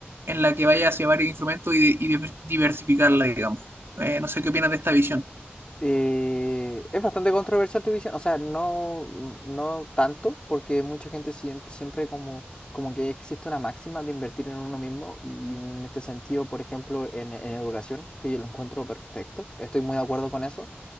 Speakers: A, on the right; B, on the left.
A: en la que vaya hacia varios instrumentos y, de- y diver- diversificarla, digamos. Eh, no sé qué opinas de esta visión.
B: eh, es bastante controversial tu visión, o sea, no, mm, no tanto, porque mucha gente siempre, siempre como, como que existe una máxima de invertir en uno mismo y en este sentido, por ejemplo, en, en educación, que yo lo encuentro perfecto, estoy muy de acuerdo con eso.